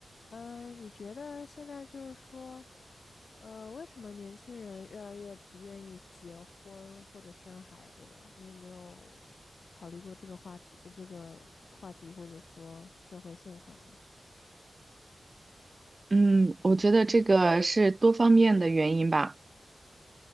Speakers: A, on the left; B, on the right.
A: 嗯，呃你觉得现在就是说，呃，为什么年轻人越来越不愿意结婚或者生孩子呢？你有没有考虑过这个话题，这个话题或者说社会现象呢？
B: 嗯，我觉得这个是多方面的原因吧。